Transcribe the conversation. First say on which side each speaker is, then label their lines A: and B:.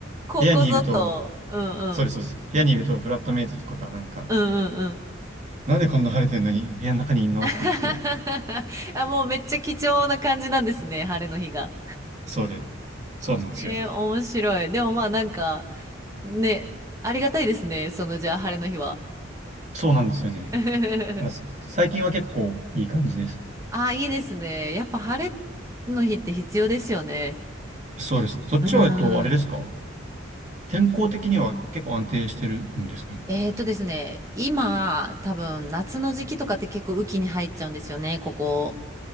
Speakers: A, on the right (about 15°); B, on the right (about 35°).
A: ここぞと、
B: 部屋にいると、
A: うんうん。
B: そうです、そうです。部屋にいるとフラットメイトとかがなんか、
A: うんうんうん。
B: なんでこんな晴れてんのに部屋の中にいんのって言って、
A: <laughs> あ、もうめっちゃ貴重な感じなんですね、晴れの日が。
B: そうです。そうなんですよ。
A: えー、面白い。でもまあなんか、ね、ありがたいですね。そのじゃあ晴れの日は。
B: そうなんですよね。
A: <laughs>
B: だからす最近は結構いい感じです。
A: ああ、いいですね。やっぱ晴れの日って必要ですよね。
B: そうです。そっちは、
A: うーん。
B: えっと、あれですか天候的には結構安定してるんですかね。
A: えーとですね、今、多分夏の時期とかって結構雨季に入っちゃうんですよね、ここ。